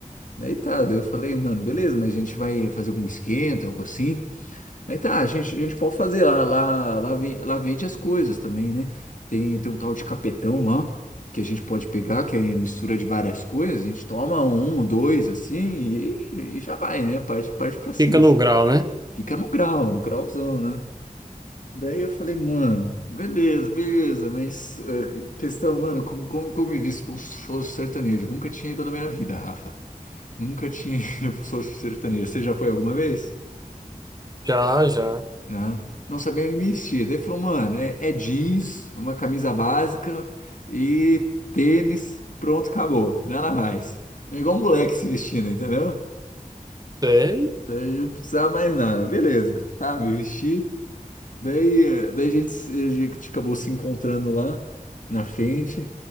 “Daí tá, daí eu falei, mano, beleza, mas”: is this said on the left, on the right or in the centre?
Left